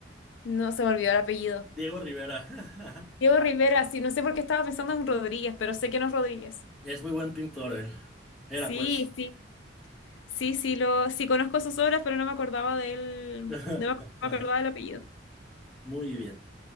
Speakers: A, on the left; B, in the centre.
A: No, se me olvidó el apellido.
B: Diego Rivera. <laughs>
A: Diego Rivera, sí, no sé por qué estaba pensando en Rodríguez, pero sé que no es Rodríguez.
B: Es muy buen pintor él. Era
A: Sí,
B: pues.
A: sí. Sí, sí, lo... sí conozco sus obras, pero no me acordaba del...
B: <laughs>
A: No me acordaba del apellido.
B: Muy bien.